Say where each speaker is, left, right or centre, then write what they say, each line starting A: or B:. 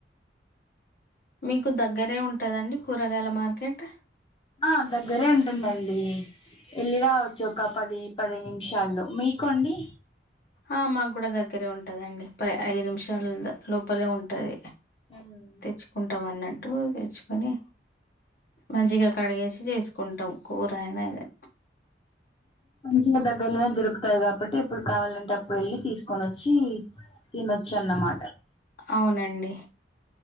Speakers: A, on the left; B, on the left.
A: మీకు దగ్గరే ఉంటుందండి కూరగాయల మార్కెట్
B: ఆ దగ్గరే ఉంటుందండి వెళ్ళి రావచ్చు ఒక పది పది నిమిషాల్లో మీకండి
A: ఆ మాకు కూడా దగ్గరే ఉంటదండి ప ఐదు నిమిషాల లోపలే ఉంటది
B: ఉమ్.
A: తెచ్చుకుంటామన్నట్టు తెచ్చుకొని మంచిగా కడిగేసి చేసుకుంటాం కూరైన ఏదైనా
B: చిన్న దగ్గర్లోనే దొరుకుతాయి కాబట్టి ఎప్పుడు కావాలంటే అప్పుడు వెళ్ళి తీసుకొనోచ్చి తినొచ్చన్నమా
A: అవునండి